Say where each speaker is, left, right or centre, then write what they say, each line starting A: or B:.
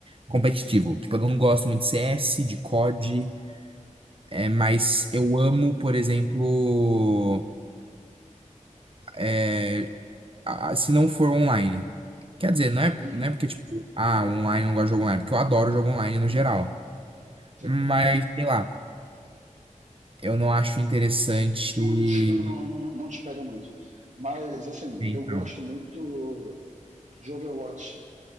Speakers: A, on the right; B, on the right.
A: competitivo. Tipo, eu não gosto muito de CS, de COD. É, mas eu amo, por exemplo, é, a- se não for online. Quer dizer, não é,
B: Uhum.
A: não é porque, tipo, ah, online eu não gosto de jogo online, é porque eu adoro jogo online no geral.
B: Sim.
A: Mas, sei lá, eu não acho interessante.
B: Jogo de tiro tu não, não, não te pega muito. Mas, assim,
A: Então,
B: eu gosto muito de Overwatch.